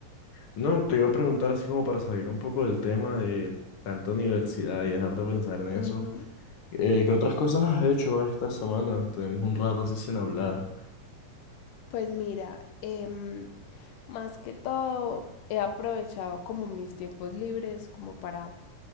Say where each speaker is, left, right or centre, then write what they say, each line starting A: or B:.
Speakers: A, on the left; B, on the left.
A: No, te iba a preguntar así como para salir un poco del tema de tanta universidad y dejar de pensar en eso.
B: Ujú.
A: Eh, ¿qué otras cosas has hecho esta semana? Tenemos un rato así sin hablar.
B: Pues mira, em, más que todo he aprovechado como mis tiempos libres como para